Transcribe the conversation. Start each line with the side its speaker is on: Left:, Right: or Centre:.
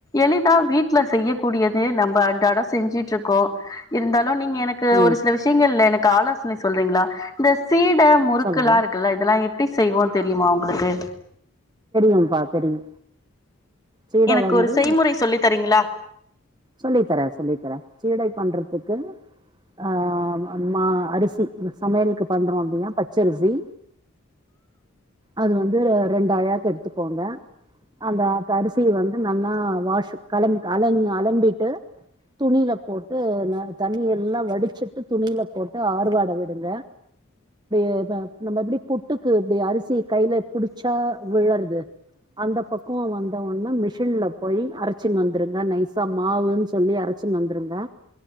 Left: எளிதா வீட்ல செய்யக்கூடியது நம்ப அன்றாட செஞ்சுட்டுருக்கோம் இருந்தாலு நீங்க கு
Right: ம்
Left: ஒரு சில விஷயங்கள் எனக் ஆலோசனை சொல்றீங்களா இந்த சீட முறுக்கெல்லா
Right: சொல்லுங்க
Left: இருக்குல இதெல்லா எப்டி செய்வோ தெரியுமா உங்களுக்கு
Right: ம் பா தெரியு சீட
Left: எனக்கு
Right: வந்து
Left: ஒரு செய்முறை சொல்லி தரீங்களா
Right: சொல்லி தரேன் சொல்லி தரேன் சீடை பண்றதுக்கு ஆ மா அரிசி சமையலுக்கு பண்றோயில்லையா பச்சரிசி அது வந்து ரெண்டாழாக் எடுத்துக்கோங்க அந்த க அரிசிய வந்து நன்னா வாஷும் கலம் அலம் அலம் பிட்டு துணியில போட்டு ந தண்ணியெல்லா வடிச்சுட்டு துணியில போட்டு ஆ ஆறுவாட விடுங்க <unintelligible> நம்ம எப்டி புட்டுக் கு இப்டி அரிசிய கைல புடிச்சா விழறது அந்த பக்குவ வந்தவொன்ன மிஷின்ல போய் அரைச்சின்னு வந்துருங்க நைசா மாவுன்னு சொல்லி அரைச்சின்னு வந்துருங்க